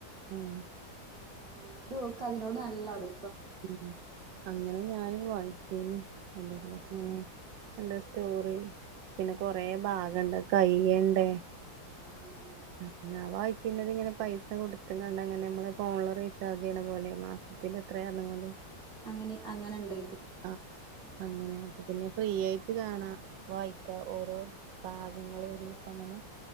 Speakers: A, on the right; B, on the right.
A: ഉം
B: ഇന്നാലും ഓക്ക് അതിനോട് നല്ല അടു
A: ഉം അങ്ങനെ ഞാനും വായി ച്ചിനി കണ്ട്ക്ക്ണ്
B: ഏ ഏ
A: ഇങ്ങെനെ രണ്ടുസ് പിന്നെ
B: ആഹ്
A: കൊറെ ഭാഗം ഇണ്ട് അത് കൈ്യണ്ടേ
B: ആഹ് ആഹ്
A: ഇ <unintelligible> ന്നാ <unintelligible> അവായി പിന്നെ തിങ്ങെനെ പൈസ കൊട്ത്ത്കാണ്ട് അങ്ങനെ നമ്മള് ഫോണില് റീചാർജ് ചെയ്യണ പോലെ മാസത്തില് ത്രേ അന്ന്ങ്ങാണ്ട്
B: അങ്ങനെ അങ്ങനെ ഇണ്ട്
A: അഹ് അങ്ങനെ അപ്പ പിന്നെ ഫ്രീ ഏയിട്ട് ഇത് കാണാ വായിക്ക ഓരോ ഭാഗങ്ങളു ഒരിസങ്ങനെ